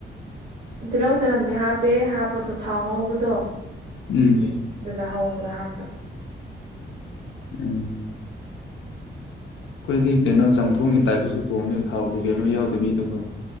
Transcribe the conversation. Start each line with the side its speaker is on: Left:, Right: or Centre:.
Right: ꯇꯤꯜꯍꯧ ꯆꯅꯝꯗꯤ ꯍꯥꯞꯄꯦ ꯍꯥꯞꯄꯗ ꯊꯥꯎ ꯉꯧꯕꯗ ꯗꯣ
Left: ꯎꯝ
Right: ꯑꯗꯨꯗ ꯍꯧꯕꯗ ꯍꯥꯞꯄ
Left: ꯎꯝ ꯑꯩꯈꯣꯏꯗꯤ ꯀꯩꯅꯣ ꯆꯥꯝꯊꯣꯡꯒꯤ ꯇꯥꯏꯞꯄꯁꯨ ꯊꯣꯡꯅꯤ ꯊꯥꯎꯒꯤ ꯀꯩꯅꯣ ꯌꯥꯎꯗꯕꯤꯗꯕ